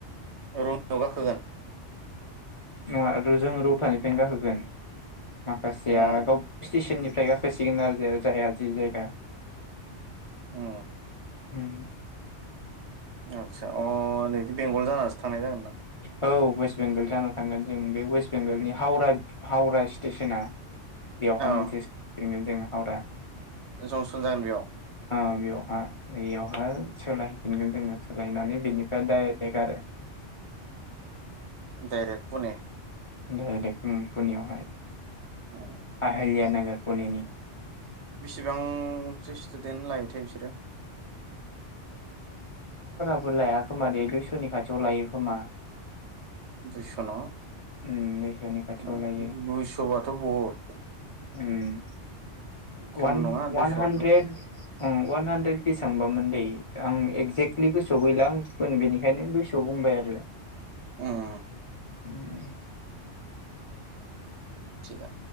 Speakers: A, on the right (about 70°); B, on the left (about 35°).
A: रङियाव गाखोगोन
B: नङा ओ जोंङो रौथानिफ्रायनो गाखोगोन माखासेया
A: उम
B: गाव स्टेसननि फ्राय गाखो <unintelligible> जायहा जि जायगा
A: ओम।
B: ओम।
A: आदसा अ नैदि बेंगल जानासो थांनांगोन।
B: औ। वेस्ट बेंगल जाना थांगोन जों बे वेस्ट बेंगलनि हावरा हावरा स्टेसना बेवहा मोनसे
A: औ
B: बेयाव दोङो हावरा
A: जंसन जागोन बेयाव।
B: औ बेयावहा इयावहा सोलायहैफिनगोन जोङो। सोलायनानै बिनिफ्राय डाइरेक्ट आरो।
A: डायरेक्ट पुने।
B: डाइरेक्ट ओम पुनेआवहाय।
A: औ।
B: आहिलिया नोगोर पुनेनि।
A: बिसेबांसो स्टुदेन्ट लायोथाय बिसोरो।
B: बो लाया खोमा दे दुइस'नि खाथियाव लायो खोमा।
A: दुइस' न'
B: उम दुइस'नि खाथियाव
A: ओ
B: लायो
A: दुइस'बाथ' बहुत।
B: उम।
A: खम
B: वान
A: नङा
B: वान
A: दुइस'आबो
B: हान्ड्रेड उम अवान हानद्रेद बेसेबांबामोन दैे आं एगजेक्टलि गोसोआव गैला आंनो बेनिखायनो गोसोआव बुंबाय आरो। बेे
A: उम,
B: उम।
A: थिगा